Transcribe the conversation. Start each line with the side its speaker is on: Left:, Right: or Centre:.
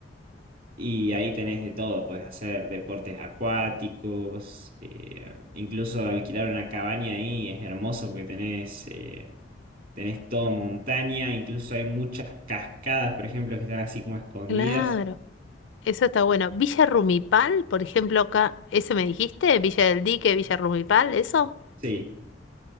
Right: Y ahí tenés de todo, puedes hacer deportes acuáticos, eh, incluso alquilar una cabaña ahí es hermoso porque tenés, eh, tenés todo montaña, incluso hay muchas cascadas, por ejemplo, que están así como escondidas.
Left: claro, eso está bueno. Villa Rumipal, por ejemplo, acá, ¿ese me dijiste? Villa del Dique, Villa Rumipal, ¿eso?
Right: Sí,